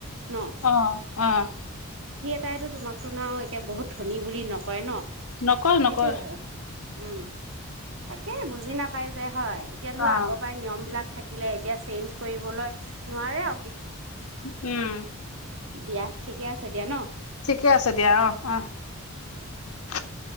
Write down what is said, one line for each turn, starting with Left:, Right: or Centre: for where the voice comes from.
Right: ন
Left: অহ, অহ।
Right: তাইটো তোমাক তোনাও এতিয়া বহুত ধনী বুলি নকয় ন
Left: নকয়
Right: সেইটয়ে
Left: নকয়
Right: আৰু উম তাকে বুজি নাপাই যে হয়, এতিয়া ধৰি লও
Left: অ'
Right: আগৰ পৰাই নিয়ম বিলাক থাকিলে, এতিয়া চেঞ্জ কৰিবলৈ নোৱাৰে আ
Left: উম!
Right: দিয়া, ঠিকে আছে দিয়া ন!
Left: ঠিকে আছে দিয়া। অ! <inaudible>